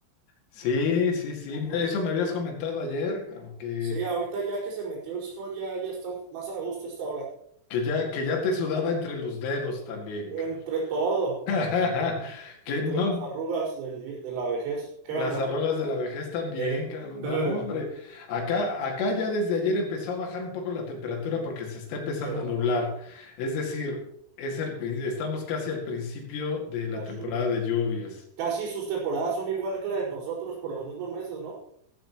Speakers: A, on the left; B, on the right.
A: Sí, sí, sí.
B: Ujú.
A: Eso me habías comentado ayer, cabrón, que,
B: Sí, ahorita ya que se metió el sol, ya, ya está más a gusto esta hora.
A: que ya, que ya te sudaba entre los dedos también, cabrón.
B: Entre todo,
A: <laughs> Que
B: entre
A: no,
B: las arrugas del vi- de la vejez. ¿Qué
A: las
B: onda?
A: arrugas de la vejez también,
B: Eh.
A: cabrón.
B: <laughs>
A: No, hombre. Acá, acá ya desde ayer empezó a bajar un poco la temperatura porque se está empezando
B: Qué bueno,
A: a nublar. Es decir, es el, prin- estamos casi al principio de
B: las
A: la temporada
B: lluvias.
A: de lluvias.
B: Casi sus temporadas son igual que las de nosotros por los mismos meses, ¿no?